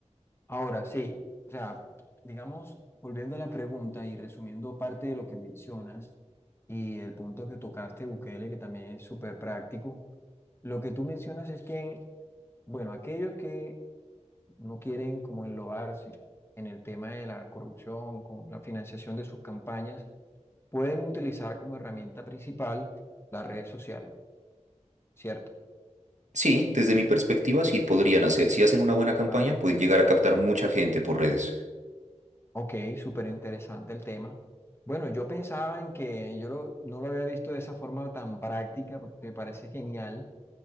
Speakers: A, on the left (about 20°); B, on the right (about 80°).
A: Ahora sí, o sea, digamos, volviendo a la pregunta y resumiendo parte de lo que mencionas y el punto que tocaste, Bukele, que también es súper práctico, lo que tú mencionas es que, bueno, aquellos que no quieren como enlodarse en el tema de la corrupción, con la financiación de sus campañas, pueden utilizar como herramienta principal las redes sociales, ¿cierto?
B: Sí, desde mi perspectiva sí podrían hacer. Si hacen una buena campaña,
A: Claro.
B: pueden llegar a captar mucha gente por redes.
A: Ok, súper interesante el tema. Bueno, yo pensaba en que yo lo- no lo había visto de esa forma tan práctica, porque me parece genial,